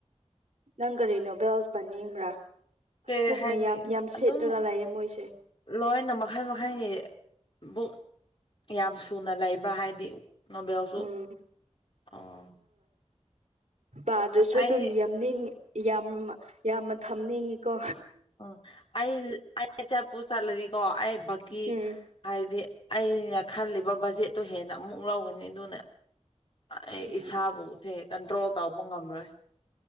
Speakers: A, on the right (about 75°); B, on the left (about 45°).
A: ꯅꯪ ꯀꯔꯤ ꯅꯣꯕꯦꯜꯁ ꯄꯥꯅꯤꯡꯕ꯭ꯔꯥ ꯑꯁ
B: ꯀꯩ
A: ꯕꯨꯛ
B: ꯍꯥꯏꯅꯤ
A: ꯃꯌꯥꯝ ꯌꯥꯝ ꯁꯤꯠꯂꯒ
B: ꯑꯗꯨꯝ
A: ꯂꯩꯌꯦ ꯃꯣꯏꯁꯦ꯫
B: ꯂꯣꯏꯅ ꯃꯈꯜ ꯃꯈꯜꯒꯤ ꯕꯨꯛ ꯌꯥꯝ ꯁꯨꯅ ꯂꯩꯕ꯭ꯔꯥ ꯍꯥꯏꯗꯤ ꯅꯕꯎꯁꯨ
A: ꯎꯝ
B: ꯑꯣ꯫
A: ꯄꯥꯗꯨꯁꯨ
B: ꯑꯁ ꯑꯩ
A: ꯑꯗꯨꯝ ꯌꯥꯝꯅꯤꯡ ꯌꯥꯝ ꯌꯥꯝꯅ ꯊꯝꯅꯤꯡꯉꯤꯀꯣ꯫
B: ꯎꯝ ꯑꯩ ꯑꯩ ꯆꯠꯄꯨ ꯆꯠꯂꯗꯤꯀꯣ ꯑꯩ ꯕꯀꯤ
A: ꯎꯝ
B: ꯍꯥꯏꯗꯤ꯫ ꯑꯩꯅ ꯈꯜꯂꯤꯕ ꯕꯖꯦꯠꯇꯣ ꯍꯦꯟꯅ ꯑꯃꯨꯛ ꯂꯧꯒꯅꯤ ꯑꯗꯨꯅ ꯑꯥ ꯑꯩ
A: ꯎꯝ
B: ꯏꯁꯥꯕꯨ ꯊꯦ ꯀꯟꯇ꯭ꯔꯣꯜ ꯇꯧꯕ ꯉꯝꯂꯣꯏ